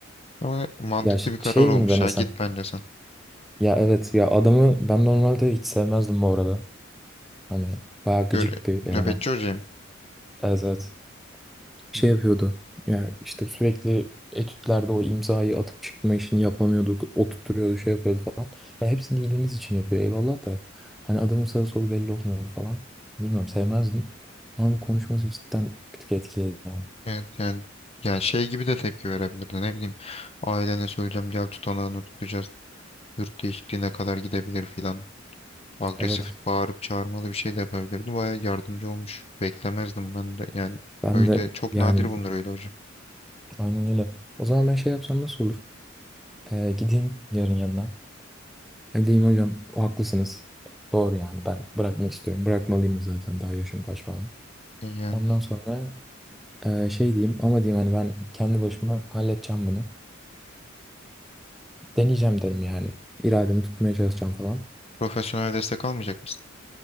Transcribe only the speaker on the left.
Ama mantıklı
bir karar
olmuş
ya git bence sen.
Gör,
nöbetçi
hocayım.
Hmm.
Evet yani ya şey gibi de tepki verebilirdi ne bileyim. Ailene söyleyeceğim gel tutanağını tutacağız. Yurt değişikliğine kadar gidebilir filan. agresif
bağırıp çağırmalı bir şey de yapabilirdi. Bayağı yardımcı olmuş. Beklemezdim ben de. Yani
öyle
çok
nadir bunlar öyle hocam.
Yani
bir
profesyonel destek almayacak mısın?